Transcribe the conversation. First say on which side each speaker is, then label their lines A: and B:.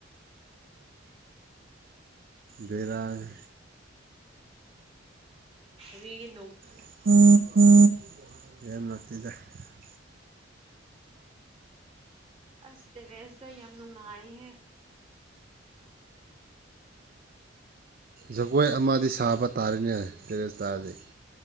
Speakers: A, on the right; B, on the right.
A: ꯕꯦꯔꯥꯅꯤ
B: ꯀꯔꯤꯒꯤꯅꯣ
A: <unintelligible>
B: ꯑꯁ ꯇꯦꯔꯦꯁꯇ ꯌꯥꯝ ꯅꯨꯡꯉꯥꯏꯍꯦ
A: ꯖꯒꯣꯏ ꯑꯃꯗꯤ ꯁꯥꯕ ꯇꯥꯔꯤꯅꯦ ꯇꯦꯔꯦꯁ ꯇꯥꯔꯗꯤ